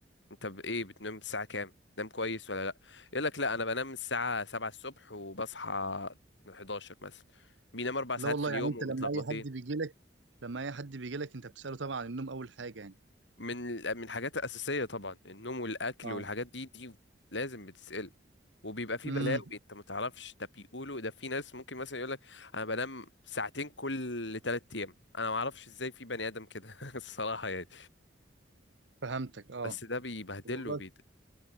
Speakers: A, on the left (about 75°); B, on the right (about 80°).
A: انت ب- ايه بتنام الساعه كام نام كويس ولا لا يقول لك لا انا بنام الساعه 7 الصبح وبصحى 11 مثلا بينام اربع ساعات
B: لا والله
A: في اليوم
B: يعني انت
A: ومتلخبطين
B: لما اي حد بيجي لك لما اي حد بيجي لك انت بتساله طبعا عن النوم اول حاجه يعني
A: من من الحاجات الأساسية طبعا النوم والأكل
B: اه
A: والحاجات دي دي لازم بتسأل وبيبقى في
B: امم
A: بلاوي انت ما تعرفش ده بيقولوا ده في ناس ممكن مثلا يقولك انا بنام ساعتين كل تلات ايام انا ما اعرفش ازاي في بني ادم كده <laughs> الصراحة يعني
B: فهمتك اه
A: بس ده بيبهدله
B: والله
A: بيت